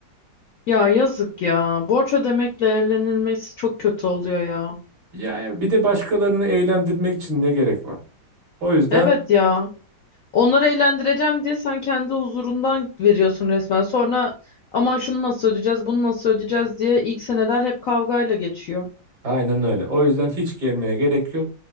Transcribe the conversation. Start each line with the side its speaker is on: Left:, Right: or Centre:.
Left: Ya yazık ya. Borç ödemekle evlenilmesi çok kötü oluyor ya.
Right: Yani bir de başkalarını eğlendirmek için ne gerek var? O yüzden
Left: Evet ya. Onları eğlendireceğim diye sen kendi huzurundan veriyorsun resmen. Sonra aman şunu nasıl ödeyeceğiz, bunu nasıl ödeyeceğiz diye ilk seneler hep kavgayla geçiyor.
Right: aynen öyle. O yüzden hiç gelmeye gerek yok.